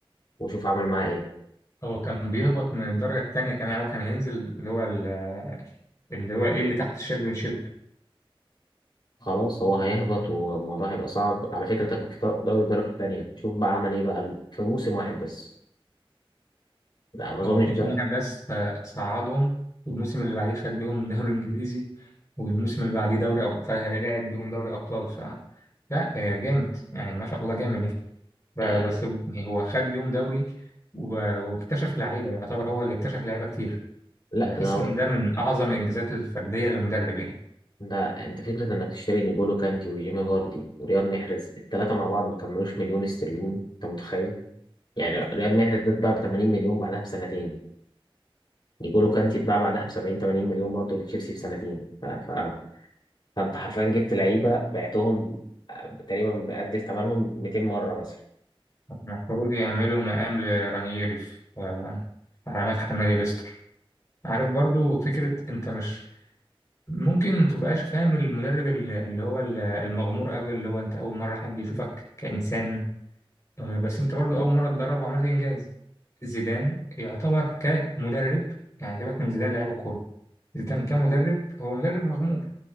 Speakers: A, on the left; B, on the left.
A: وشوف عمل معاه ايه
B: هو كان بيهبط من الدرجه التانية كمان هو كان هينزل اللي هو ال- اللي هو ايه اللي تحت الشامبيونشيب
A: خلاص هو هيهبط والموضوع هيبقى صعب على فكرة ده كان في دوري الدرجة التانية شوف بقى عمل ايه بقى في موسم واحد بس لا ما اظنش
B: هو في
A: ده
B: موسم واحد بس ف- صعدهم والموسم اللي بعديه خد بيهم دوري انجليزي والموسم اللي بعديه دوري أب... فهيلاعب بيهم دوري ابطال ف لا آه، جامد يعني ما شاء الله جامد يعني ب-
A: آه
B: بس يعني هو خد بيهم دوري و- واكتشف لعيبه يعتبر هو اللي اكتشف لعيبه كتير
A: لا
B: فبحس
A: ده هو
B: ان ده من اعظم الانجازات الفرديه للمدرب يعني
A: ده انت فكرة انك تشتري نيجولو كانتي وجيمي فاردي ورياض محرز التلاتة مع بعض ما كملوش مليون استرليني انت متخيل يعني رياض محرز ده اتباع ب 80 مليون بعدها بسنتين نيجولو كانتي اتباع بعدها ب 70 80 مليون برضه لتشيلسي في سنتين ف... ف... فانت حرفيا جبت لعيبه بعتهم آه، تقريبا بقد ثمنهم 200 مره مثلا
B: المفروض يعملوا مقام لرانييري في آه، على مدح النادي ليستر عارف برضو فكره انت مش ممكن ما تبقاش فاهم المدرب ال- اللي هو ال- المغمور قوي اللي هو انت اول مره حد يشوفك كانسان آه، بس انت برضو اول مره تدرب وعملت انجاز زيدان يعتبر كمدرب يعني سيبك من زيدان لعيب الكوره زيدان كمدرب هو مدرب مغمور